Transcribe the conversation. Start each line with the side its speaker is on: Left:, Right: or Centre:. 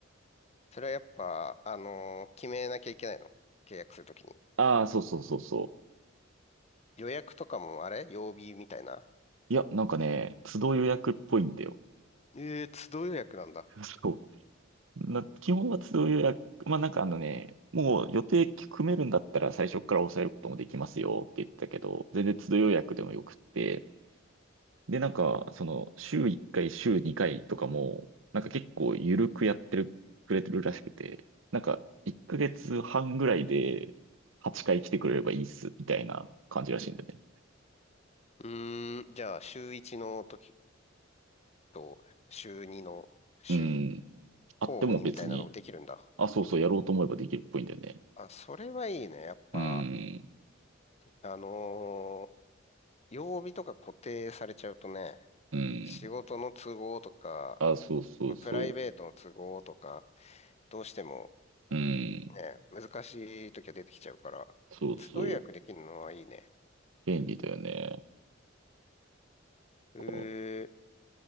Left: それはやっぱ、あのー決めなきゃいけないの。契約するときに。
Right: ああ、そうそうそうそう。
Left: 予約とかもあれ曜日みたいな
Right: いや、なんかね、都度予約っぽいんだよ。
Left: ええー、都度予約なんだ。
Right: <laughs> そう。な、基本は都度予約。まあ、なんかあのね、もう予定組めるんだったら最初から抑えることもできますよって言ってたけど、全然都度予約でもよくって、で、なんか、その、週1回、週2回とかも、なんか結構緩くやってる、くれてるらしくて、なんか、1ヶ月半ぐらいで8回来てくれればいいっす、みたいな感じらしいんだよね。
Left: うーん、じゃあ、週1の時と、週2の週、
Right: うん。あっても別に、
Left: 交互にみたいなのもできるんだ。
Right: あ、そうそう、やろうと思えばできるっぽいんだよね。
Left: あ、それはいいね。やっぱ、
Right: うん。
Left: あのー曜日とか固定されちゃうとね、
Right: うん。
Left: 仕事の都合とか、
Right: あ、そうそうそ
Left: まあ、プライベートの都合とか、どうしても
Right: う。うん。
Left: ね、難しい時は出てきちゃうから、
Right: そうそう。
Left: 都度予約できるのはいいね。
Right: 便利だよね。
Left: え
Right: こう、